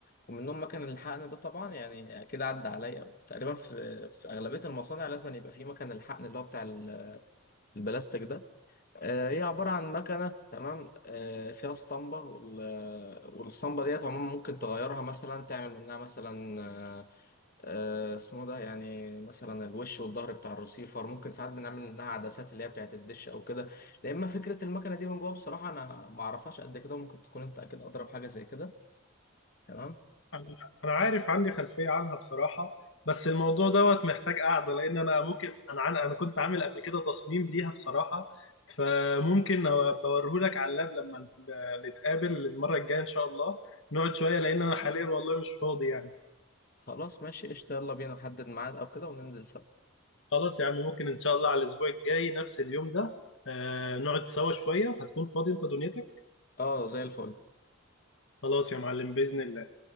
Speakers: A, on the left; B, on the left.
A: ومنهم مكان الحقن ده طبعا يعني اكيد عدى عليا تقريبا في في اغلبيه المصانع لازم يبقى في مكان الحقن اللي هو بتاع ال- البلاستيك ده آه، هي عباره عن مكنه تمام آه، فيها اسطمبه وال- والاسطمبه ديت عموما ممكن تغيرها مثلا تعمل منها مثلا آه، آه، اسمه ده يعني مثلا الوش والظهر بتاع الرسيفر ممكن ساعات بنعمل منها عدسات اللي هي بتاعت الدش او كده لا اما فكره المكنه دي من جوه بصراحه انا ما اعرفهاش قد كده ممكن تكون انت اكيد اضرب حاجه زي كده تمام
B: أنا أنا عارف عندي خلفية عنها بصراحة بس الموضوع دوت محتاج قعدة لأن أنا ممكن أنا عن... أنا كنت عامل قبل كده تصميم ليها بصراحة فممكن بوريهولك على اللاب لما نت- نتقابل المرة الجاية إن شاء الله نقعد شوية لأن أنا حاليا والله مش فاضي يعني
A: خلاص ماشي قشطة يلا بينا نحدد ميعاد أو كده وننزل سوا
B: خلاص يا عم ممكن إن شاء الله على الأسبوع الجاي نفس اليوم ده آه، نقعد سوا شوية هتكون فاضي أنت دنيتك
A: اه زي الفل
B: خلاص يا معلم بإذن الله